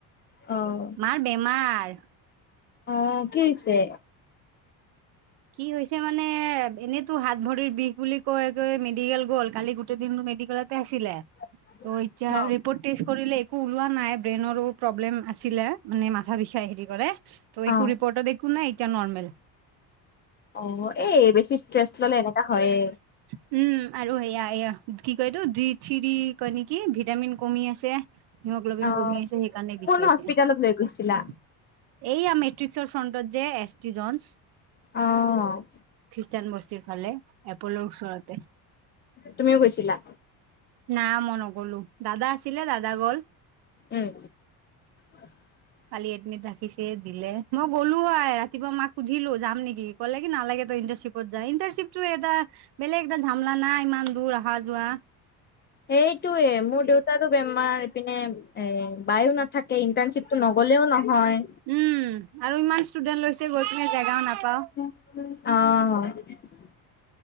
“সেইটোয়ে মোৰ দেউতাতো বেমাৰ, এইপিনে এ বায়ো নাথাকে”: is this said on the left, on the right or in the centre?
Left